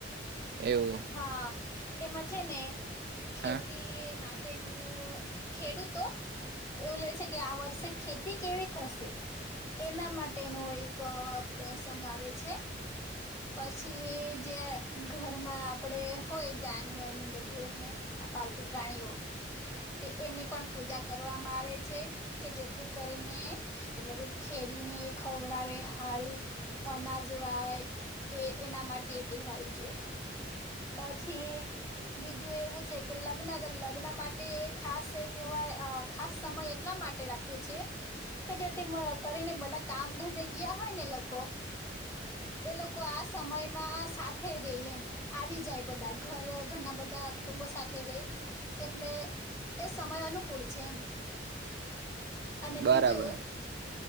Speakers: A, on the right; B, on the left.
A: એવું.
B: હા એમાં છે ને ખેતી
A: હા
B: તેનું ખેડૂતો, એવું લે છે કે આ વર્ષે ખેતી કેવી થશે, એના માટેનું એક પ્રસંગ આવે છે. પછી જે ઘર ઘમાં આપડે હોય જાનવર ને બધું એટલે આ પાલતુ પ્રાણીઓ તે એમની પણ પૂજા કરવામાં આવે છે કે જેથી કરીને એ લોકો ખેડીને ખવડાવે હારું અનાજ વાવાય એ એના માટે એ તહેવાર ઉજવે પછી બીજું એવું છે કે લગ્ન લગ્ન માટે ખાસ એ તહેવાર ખાસ સમય એટલા માટે રા છે કે જેથી કરીને બધા કામ ધંધે ગીયા હોય ને લોકો એ લોકો આ સમયમાં સાથે રેય એમ આવી જાય બધા ઘર ઘરના બધા કુટુંબો સાથે રેય એટલે એ સમય અનુકૂળ છે એમ અને
A: બરાબર
B: બીજું